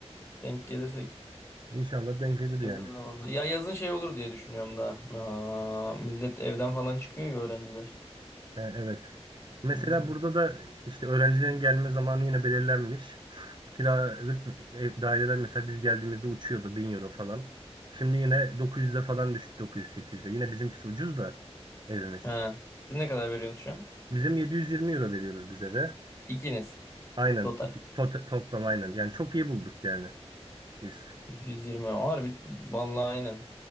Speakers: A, on the left; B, on the right.
A: Denk gelirsek
B: İnşallah denk gelir
A: yakın
B: yani.
A: zamanda. Ya yazın şey olur diye düşünüyorum da. Aa, millet evden falan çıkıyor ya öğrenciler.
B: He, evet. Mesela
A: Aynen.
B: burada da işte öğrencilerin gelme zamanı yine belirlenmiş. Kiralık ev daireler mesela biz geldiğimizde uçuyordu 1000 euro falan. Şimdi yine 900'e falan düştü dokuz yüz sekiz 800e Yine bizimkisi ucuz da evimiz.
A: Ha. Siz ne kadar veriyorsunuz şu an?
B: Bizim 720 euro veriyoruz bize de.
A: İkiniz.
B: Aynen.
A: Total.
B: İki- To- toplam aynen. Yani çok iyi bulduk yani biz.
A: 720. Harbi. Vallahi aynen.